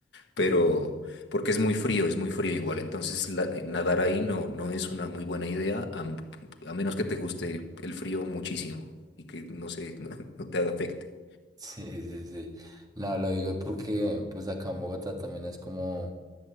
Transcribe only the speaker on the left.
pero
porque es muy frío, es muy frío igual, entonces la- eh, nadar ahí no, no es una muy buena idea, a, m- a menos que te guste el frío muchísimo y que no sé, <laughs> no, no te afecte.